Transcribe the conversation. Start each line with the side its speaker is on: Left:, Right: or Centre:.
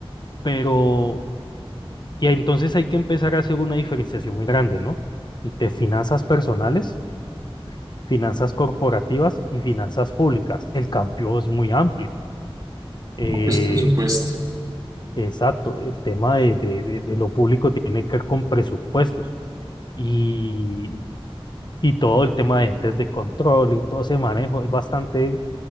Left: pero, y entonces hay que empezar a hacer una diferenciación muy grande, ¿no? Entre finanzas personales, finanzas corporativas y finanzas públicas. El campo es muy amplio. Eh,
Right: No, Pues por supuesto.
Left: Exacto, el tema de, de- de- de lo público tiene que ver con presupuestos y, y todo el tema de entes de control y todo ese manejo es bastante,